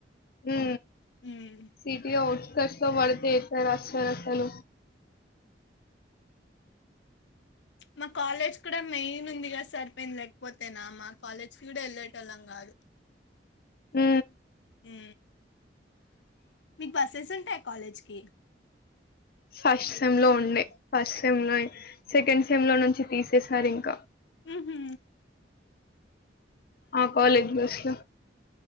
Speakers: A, on the left (about 55°); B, on the left (about 80°).
A: ఉ
B: ఉమ్
A: సిటీ ఔట్స్ కష్ట పడితే ఇతర అస్సలు
B: మా కాలేజ్ కూడా మెయిన్ ఉందిగా సరిపోయింది లేకపోతేనా మా కాలేజ్ చూడా వెళ్లేటోల్లం కాదు
A: ఉ
B: ఉ మీకు బసెస్ ఉంటాయి కాలేజ్కి
A: ఫస్ట్ సెమ్ లో ఉండే ఫస్ట్ సెమ్ లో సెకండ్ సెమ్ లో నుంచి తీసేసారు ఇంకా
B: ఉహు
A: ఆ కాలేజ్ బస్ లో